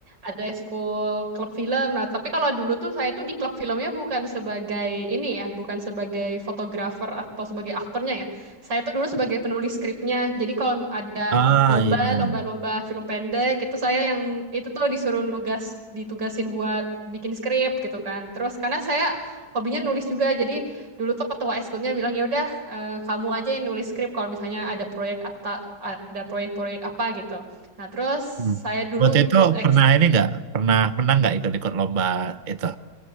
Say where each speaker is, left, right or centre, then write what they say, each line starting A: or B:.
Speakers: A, on the right (about 80°); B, on the right (about 35°).
A: Ada ekskul klub film. Nah, tapi kalau dulu tuh saya tuh di klub filmnya bukan sebagai ini ya, bukan sebagai fotografer atau sebagai aktornya ya. Saya tuh dulu sebagai penulis skripnya. Jadi kalau ada
B: ah,
A: lomba,
B: iya.
A: lomba-lomba film pendek itu saya yang itu tuh disuruh nugas, ditugasin buat bikin skrip gitu kan. Terus karena saya hobinya nulis juga, jadi dulu tuh ketua ekskulnya bilang ya udah eh, kamu aja yang nulis skrip kalau misalnya ada proyek atau ada proyek-proyek apa gitu. Nah, terus
B: Hmm.
A: saya dulu
B: Waktu
A: ikut
B: itu
A: eks
B: pernah ini nggak pernah menang nggak ikut-ikut lomba itu